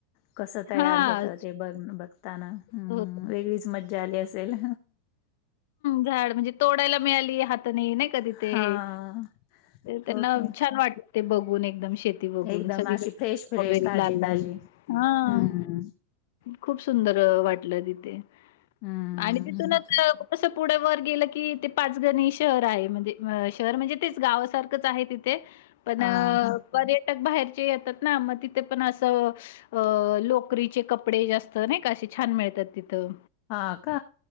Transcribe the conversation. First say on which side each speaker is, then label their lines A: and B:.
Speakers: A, on the left; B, on the left.
A: कस तयार
B: हां.
A: होत ते बघ बघताना हम्म
B: होतं.
A: वेगळीच मज्जा आली असेल
B: झाड म्हणजे तोडायला मिळाली हात <unintelligible> नाय का तिथे
A: हां,
B: त्यांना
A: ओके.
B: छान वाटते बघून एकदम शेती बघून
A: एकदम
B: सगळीकडे
A: अशी
B: स्ट्रॉबेरी
A: फ्रेश-फ्रेश, ताजी-ताजी.
B: लाल लाल हा.
A: हं,
B: खूप सुंदर अ वाटलं तिथे
A: हं.
B: आणि तिथूनच असं पुढे वर गेलं की ते पाचगणी शहर आहे म्हणजे शहर म्हणजे तेच गावासारखंच आहे तिथे पण
A: हां, हां.
B: पर्यटक बाहेरचे येतात ना मग तिथे पण असं अ लोकरीचे कपडे जास्त नाही का असे छान मिळतात तिथं.
A: हा का?